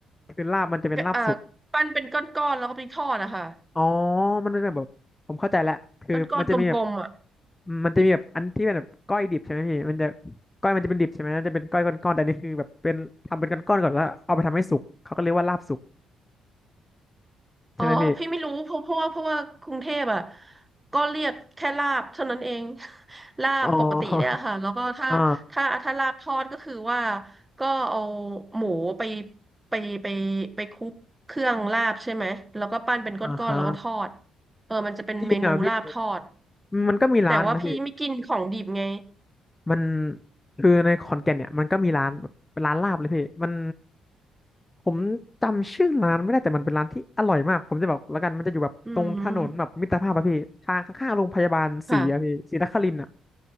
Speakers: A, on the left; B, on the right.
A: คือลาบมันจะเป็นลาบสุก
B: เอ่อปั้นเป็นก้อนๆแล้วก็ไปทอดอะค่ะ
A: อ๋อมันเป็นแบบผมเข้าใจแล้วคือมันจะมีแบบ
B: ก้อนๆกลมๆอ่ะ
A: อืมมันจะมีแบบอันที่เป็นแบบก้อยดิบใช่ไหมพี่มันจะก้อยมันจะเป็นดิบใช่ไหมมันจะเป็นก้อยก้อนๆแต่อันนี่คือแบบเป็นทำเป็นก้อนๆก่อนแล้วเอาไปทำให้สุกเขาก็เรียกว่าลาบสุกใช่ไหมพี่
B: อ๋อพี่ไม่รู้เพราะเพราะว่าเพราะว่ากรุงเทพอ่ะก็เรียกแค่ลาบเท่านั้นเอง <laughs> ลาบปกติเนี่ยค่ะแล้วก็ถ้าถ้าถ้าลาบทอดก็คือว่า
A: อ๋อ <laughs> อ่า
B: ก็เอาหมูไปไปไปไปคลุกเครื่องลาบใช่ไหมแล้วก็ปั้นเป็นก้อนๆแล้วก็ทอด
A: อ่าฮะ
B: เออมันจะเป็นเมนูลาบทอด
A: จริงเหรอ่ะพี่มันก็มีร้านนะพี่
B: แต่ว่าพี่ไม่กินของดิบไง
A: มันคือในขอนแก่นเนี่ยมันก็มีร้านเป็นร้านลาบเลยพี่มันผมจำชื่อร้านไม่ได้แต่มันเป็นร้านที่อร่อยมากผมจะบอกแล้วกันมันจะอยู่แบบตรงถนนแบบมิตรภาพอะพี่ทางข้างๆโรงพยาบาลศรีอะพี่ศรีนครินทร์อะ
B: อืมค่ะ